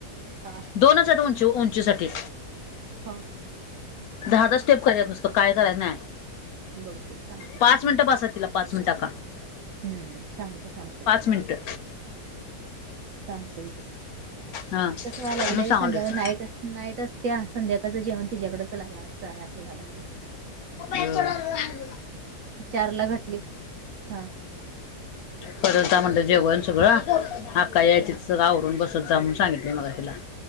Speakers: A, on the right (about 70°); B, on the left (about 70°).
A: हा.
B: दोनच हाईत उंची उंचीसाठी.
A: होा.
B: दहा दहा स्टेप कराय नुसतं काय करायचं नाही.
A: बघतोय सांगतो तुला
B: पाच मिनिटं बास हाय तिला पाच मिनिटं आक्का.
A: हम्म सांगतो सांगतोय.
B: मिनिटं
A: सांगतो कि तिला,,
B: हा म्हणून
A: कसं व्हाय लागलय
B: सांगालोय
A: संध्याकाळी नाईट नाईटच आसत्या, संध्याकाळचं जेवण तिच्याकडं जाय हे व्हालय.
B: मोबाईल चं
A: चार लां घटली हां
B: परलतां म्हणतं जेवणं सगळं हक्काचं यांयची आवरूंन बसतं जामूंन सांगितले मगं तिलां